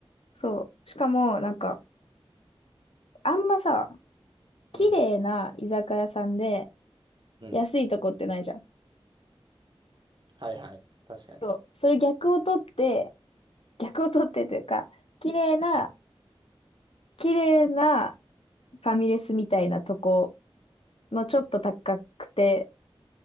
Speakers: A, on the left (about 75°); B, on the right (about 50°).
A: そう。しかも、なんか、あんまさ、
B: うん。
A: 綺麗な居酒屋さんで
B: うん。うん
A: 安いとこってないじゃん。
B: はいはい。確かに。
A: そう、それ逆を取って、逆を取ってというか、綺麗な、
B: うん
A: 綺麗なファミレスみたいなとこのちょっと高くて、